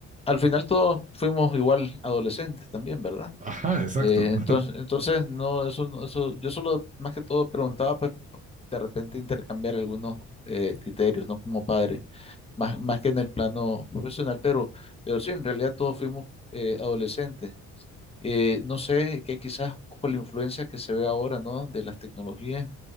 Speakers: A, on the left (about 20°); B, on the right (about 25°).
A: al final todos fuimos igual adolescentes también, ¿verdad?
B: Ajá, exacto.
A: Eh, entonces,
B: <laughs>
A: entonces, no, eso, no- eso, yo solo más que todo preguntaba, pues, de repente intercambiar algunos eh, criterios, ¿no? Como padre, más, más que en el plano profesional, pero, pero sí, en realidad todos fuimos eh, adolescentes. Eh, no sé, que quizás con la influencia que se ve ahora, ¿no? De las tecnologías